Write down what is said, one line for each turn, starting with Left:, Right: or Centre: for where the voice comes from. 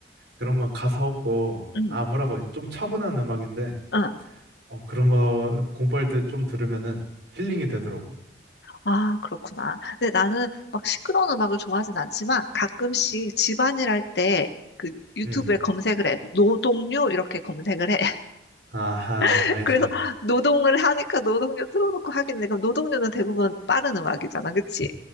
Right: 그런 건 가사 없고,
Left: 응,
Right: 아, 뭐라고, 해야지? 좀 차분한 음악인데,
Left: 응.
Right: 어, 그런 거 공부할 때 좀 들으면은 힐링이 되더라고.
Left: 아, 그렇구나. 근데 나는 막 시끄러운 음악을 좋아하진 않지만 가끔씩 집안일 할 때 그 유튜브에
Right: 음.
Left: 검색을 해. 노동요 이렇게 검색을 해.
Right: 아하,
Left: <laughs>
Right: 알지.
Left: 그래서 노동을 하니까 노동요 틀어놓고 하긴 해. 그럼 노동요는 대부분 빠른 음악이잖아. 그치?